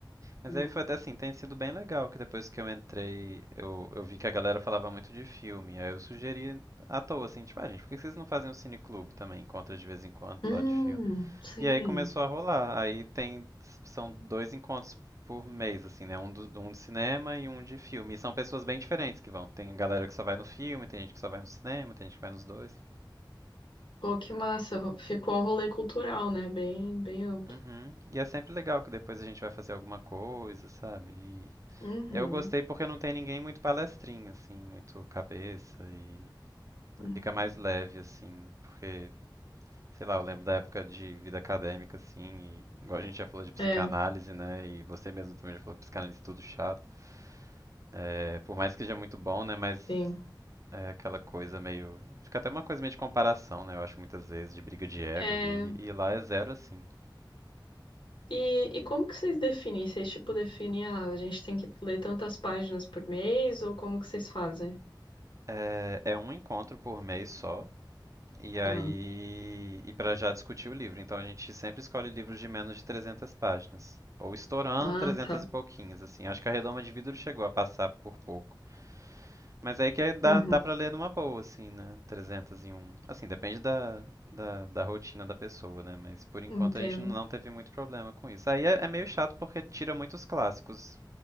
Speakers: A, on the right; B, on the left.
A: Mas
B: né?
A: aí foi até assim, tem sido bem legal que depois que eu entrei, eu, eu vi que a galera falava muito de filme. Aí eu sugeri à toa, assim, tipo, ah, gente, por que vocês não fazem um cineclube também? Encontros de vez em quando, pra
B: Hum,
A: falar de filme.
B: sim.
A: E aí começou a rolar. Aí tem, são dois encontros por mês, assim, né? Um, do, um de cinema e um de filme. E são pessoas bem diferentes que vão. Tem galera que só vai no filme, tem gente que só vai no cinema, tem gente que vai nos dois.
B: Pô, que massa. ro- Ficou um rolê cultural, né? Bem, bem amplo.
A: Uhum. E é sempre legal que depois a gente vai fazer alguma coisa, sabe?
B: Uhum,
A: Eu gostei porque não tem ninguém muito palestrinho, assim, muito cabeça e
B: uhum.
A: fica mais leve, assim, porque, sei lá, eu lembro da época de vida acadêmica, assim, e igual a gente já falou de psicanálise,
B: É,
A: né, e você mesmo também já falou que psicanálise é tudo chato. É, por mais que seja muito bom, né, mas
B: sim.
A: é aquela coisa meio... Fica até uma coisa meio de comparação, né, eu acho muitas vezes, de briga de ego
B: É,
A: ali, e lá é zero, assim.
B: e, e como que vocês definem? Vocês, tipo, definem, ah, a gente tem que ler tantas páginas por mês, ou como que vocês fazem?
A: É, é um encontro por mês só, E aí,
B: Ah,
A: e para já discutir o livro. Então a gente sempre escolhe livros de menos de 300 páginas, ou estourando
B: ah,
A: 300
B: tá.
A: e pouquinhos, assim. Acho que a Redoma de Vidro chegou a passar por pouco. Mas aí que aí dá,
B: Uhum,
A: dá para ler numa boa, assim, né? trezentos e um Assim, depende da, da, da rotina da pessoa, né? Mas por enquanto
B: entendo.
A: a gente não teve muito problema com isso. Aí é, é meio chato porque tira muitos clássicos